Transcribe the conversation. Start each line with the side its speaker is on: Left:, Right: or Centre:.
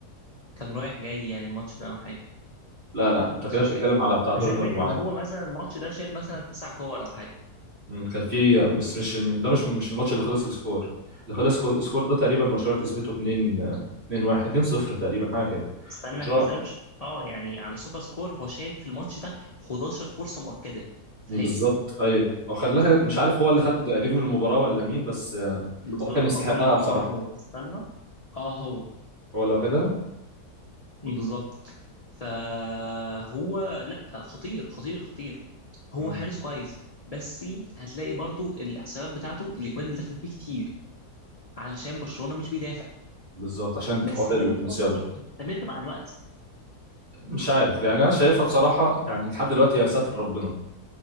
Left: كان رايح جاي يعني الماتش ده او حاجه
Right: لا لا انت كده
Left: بس مش
Right: بتتكلم
Left: فاكر
Right: على بتاع دور
Left: بس
Right: المجموعات
Left: انا فاكر ان هو مثلا الماتش ده شال مثلا تسع كور او حاجه
Right: مم، كان فيه بس مش مش- ده مش مش الماتش اللي خلص السكور اللي خلص خ- السكور ده تقريبا برشلونة كسبته 2 2 1 2 0 تقريبا حاجة كده
Left: استنى
Right: برشلونة
Left: هسيرش اه يعني على سوبر سكور هو شايل في الماتش ده 11 فرصه مؤكده فاهم
Right: بالظبط ايوه هو خلاها مش عارف هو اللي خد نجم المباراة ولا مين بس آه،
Left: بالظبط
Right: هو كان يستحقها
Left: اظن
Right: بصراحة
Left: اه هو استنى اه هو
Right: هو اللي واخدها
Left: بالظبط فهو لا خطير خطير خطير هو
Right: مم،
Left: حارس كويس بس هتلاقي برضو الاحصائيات بتاعته الاجوان اللي دخلت فيه كتير علشان برشلونة مش بيدافع
Right: بالظبط عشان
Left: بس
Right: حوار المصيدة
Left: هل الخطة دي هتستمر مع الوقت
Right: مش عارف يعني انا شايفها بصراحة يعني لحد دلوقتي يا ساتر ربنا